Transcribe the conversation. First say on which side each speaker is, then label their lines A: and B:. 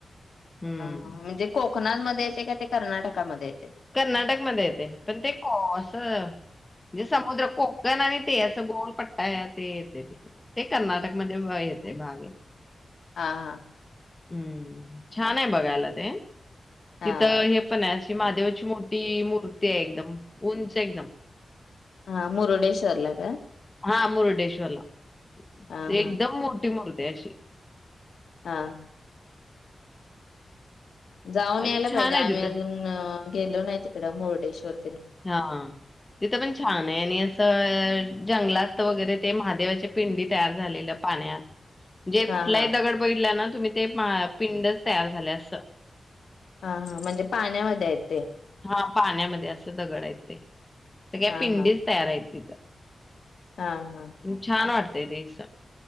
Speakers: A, on the left (about 20°); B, on the left (about 85°).
A: हम्म.
B: हा म्हणजे कोकणातमध्ये ते काय ते? कर्नाटकामध्ये.
A: कर्नाटक मध्ये येते पण ते कॉस म्हणजे समुद्र कोकण आणि ते असं गोलपट्टा ते येते तिकडे. ते कर्नाटकमध्ये व्हायत ते भागे
B: आ हा.
A: हम्म छान आहे बघायला ते.
B: हा
A: तिथं हे पण हाय. <unintelligible> महादेवाची मोठी मूर्ती आहे एकदम उंच एकदम.
B: हा मुरुडेश्वरला का
A: हा मुरडेश्वरला ते
B: हा हा
A: एकदम मो ठी मुर्ती आहे अशी
B: हा जाऊन
A: आणि
B: यायला
A: छान
B: पाहिजे, आम्ही
A: आहे तिथं.
B: अजून गेलो नाही तिक कड मुरडेेश्वर
A: हा तिथं पण छान आहे आणि असं जंगलात वगैरे ते महादेवाच्या पिंडी तयार झालेलं पाण्यात. जे
B: हा
A: कुठल्याही
B: हा
A: दगड बगीतल्या ना तुम्ही ते पिंडच तयार झालंय असं
B: हा हा, म्हणजे पाण्यामध्ये आहेत ते
A: हा पाण्यामध्ये अस दगड आहेत ते. सगळ्या
B: हा
A: पिंडीच
B: हा
A: तयार आहेत तिथं
B: हा हा
A: त छान वाटत तय रे अस